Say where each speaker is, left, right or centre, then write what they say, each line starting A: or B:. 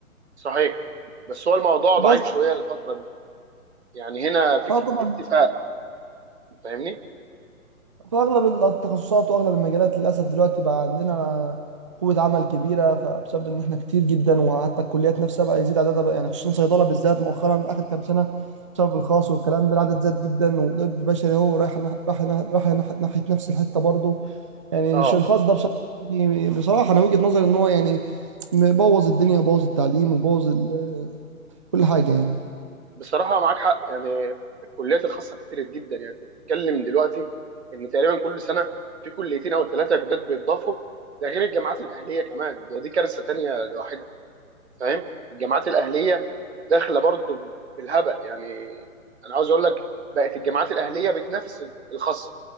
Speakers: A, on the right; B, on the right.
A: صحيح بس هو الموضوع ضعيف
B: بس
A: شويه الفتره دي يعني هنا في
B: اه
A: في
B: طبعا
A: اكتفاء فاهمني
B: فاغلب التخصصات واغلب المجالات للاسف دلوقتي بقى عندنا قوه عمل كبيره فبسبب ان احنا كتير جدا وحتى الكليات نفسها بقى يزيد عددها بقى يعني خصوصا صيدله بالذات مؤخرا اخر كام سنه بسبب الخاص والكلام ده العدد زاد جدا وطب بشري اهو رايح نح- راح نح- راح نح- ناحيه نفس الحته برضه يعني
A: اه
B: الش- الخاص ده بصراحه يعني بصراحه انا وجهه نظري ان هو يعني بوظ الدنيا بوظ التعليم وبوظ ال- <hesitation> كل حاجه يعني
A: بصراحه معاك حق يعني الكليات الخاصه كتير جدا يعني انت بتتكلم دلوقتي ان تقريبا كل سنه في كليتين او ثلاثه جداد بيتضافوا ده غير الجامعات الاهليه كمان ده دي كارثه تانيه لوحدها فاهم الجامعات الاهليه داخله برضو بالهبل يعني انا عاوز اقول لك بقت الجامعات الاهليه بتنافس الخاصه